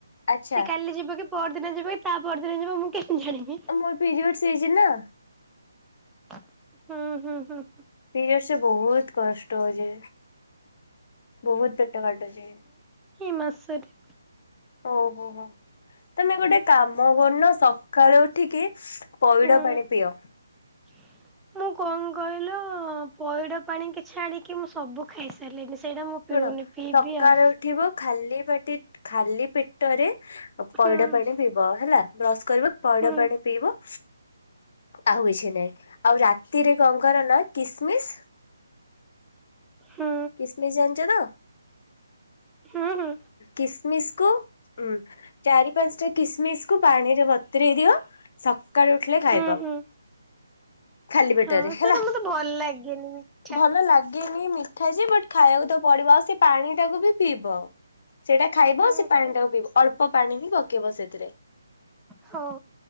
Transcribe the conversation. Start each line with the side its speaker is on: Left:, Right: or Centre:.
Left: ଆଚ୍ଛା
Centre: ସେ କାଲି ଯିବ କି ପରଦିନ ଯିବ କି ତା ପରଦିନ ଯିବ ମୁଁ କେମିତି ଜାଣିବି?
Left: ମୋର ପିରିୟଡ଼ସ ହେଇଛି ନା।
Centre: ହୁଁ, ହୁଁ, ହୁଁ ହୁଁ।
Left: ପିରିୟଡସ ରେ ବହୁତ କଷ୍ଟ ହଉଜି ବହୁତ ପେଟ କାଟୁଛି।
Centre: ଇଏ ମାସରେ
Left: ଓ ହୋ, ହୋ ତମେ ଗୋଟେ କାମ କରୁନ ସକାଳୁ ଉଠିକି ପଇଡ଼
Centre: ହୁଁ।
Left: ପାଣି ପିଅ।
Centre: <inaudible> ମୁଁ କଣ କହିଲ, ପଇଡ ପାଣି କିଛି ଆଣିକି ମୁଁ ସବୁ ଖାଇସାରିଲିନି। ସେଇଟା ମୁଁ ପିଉନି
Left: ଶୁଣ
Centre: ପିଇବି
Left: ସକାଳୁ
Centre: ଆଉ
Left: ଉଠିବ, ଖାଲି ପାଟି ଖାଲି ପେଟରେ ଆ ପଇଡ
Centre: ହୁଁ
Left: ପାଣି ପିଇବ ହେଲା। ବ୍ରଶ କରିବ ପଇଡ
Centre: ହୁଁ
Left: ପାଣି ପିଇବ ଆଉ କିଛି ନାଇଁ। ଆଉ ରାତିରେ କଣ କର ନା କିସମିସ
Centre: ହୁଁ
Left: କିସମିସ୍ ଜାଣିଛ ତ?
Centre: ହୁଁ, ହୁଁ।
Left: କିସମିସ୍ କୁ, ଉଁ। ଚାରି ପାଞ୍ଚଟା କିସମିସକୁ ପାଣିରେ ବତୁରେଇ ଦିଅ, ସକାଳୁ ଉଠିଲେ ଖାଇବ।
Centre: ହୁଁ ହୁଁ
Left: ଖାଲି ପେଟରେ
Centre: ହଉ
Left: ହେଲା।
Centre: ସେଇଟା ମତେ ଭଲ ଲାଗେନି ମିଠା
Left: ଭଲ ଲାଗ ଗେନି ମିଠା ଯେ, ବଟ୍ ଖାଇବାକୁ ତ ପଡିବ। ଆଉ ସେ ପାଣିଟାକୁ ବି ପିଇବ। ସେଇଟା ଖାଇବ,
Centre: ହୁଁ
Left: ସେ ପାଣିଟାକୁ
Centre: ହୁଁ
Left: ପିଇବ। ଅଳ୍ପ ପାଣି ବି ପକେଇବ ସେଥିରେ।
Centre: ହଉ।